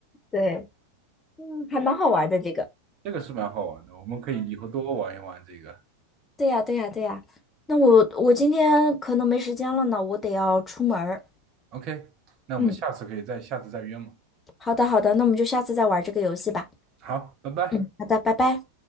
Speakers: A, on the left; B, on the right.
A: 对，嗯，还蛮好玩的这个。
B: 这个是蛮好玩的。我们可以以后多玩一玩这个。
A: 对呀，对呀，对呀。那我我今天可能没时间了呢，我得要出门儿
B: OK，那我们下次可以再下次再约嘛。
A: 嗯，好的，好的，那我们就下次再玩这个游戏吧。
B: 好，拜拜。
A: 嗯，好的，拜拜。